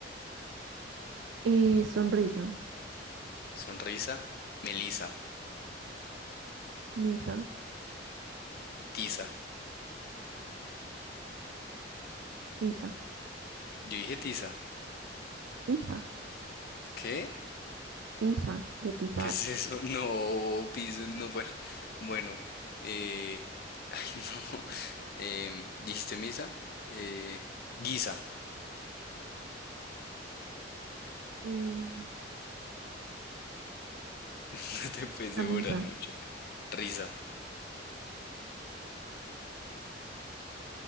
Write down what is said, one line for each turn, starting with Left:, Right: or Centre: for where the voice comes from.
Right: Eh, sonrisa.
Left: Sonrisa, Melisa,
Right: Misa.
Left: tiza.
Right: Pisa.
Left: Yo dije tiza.
Right: Pisa.
Left: ¿Qué?
Right: Pisa. De pisar.
Left: ¿Qué es eso? <laughs> No, piso, no, bueno. Bueno, eh, <laughs> ay, no. Em, ¿dijiste misa? Eh, guisa.
Right: Em,
Left: <laughs> No te puedes
Right: camisa.
Left: devorar mucho. Risa.